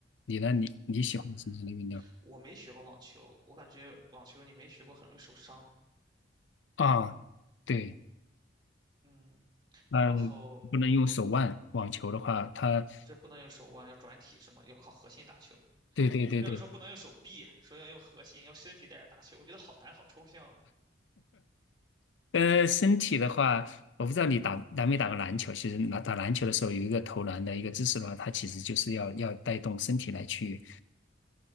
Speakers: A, on the left; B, on the right.
A: 你呢？你你喜欢什么样的运动？
B: 嗯，我没学过网球，我感觉网球你没学过很容易受伤。
A: 啊，对，
B: 嗯，
A: 呃，
B: 然后
A: 不能用手腕。网球的话，它，
B: 是不能用手腕，要转体什么，要靠核心打球。
A: 对对对对，
B: 还有人说不能用手臂，说要用核心，要身体带着打球。我觉得好难，好抽象啊
A: 呃，身体的话，我不知道你打打没打过篮球。其实打打篮球的时候，有一个投篮的一个姿势的话，它其实就是要要带动身体来去